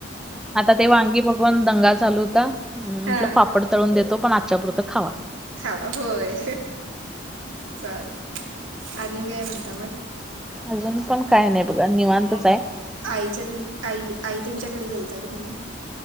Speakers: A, in the centre; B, on the right.
A: आता ते वांगी बगवान दंगा चालू होता म्हंटल
B: हा
A: पाप पापड तळून देतो पण आजच्या पुरं खावा
B: खावा होय चाल आणि मी काय म्हणता मग
A: अजून पण काय नाही बघा निवांतच
B: मग
A: आहे
B: आईच्या आई आई त्यांच्याकडे गेलता काी नाही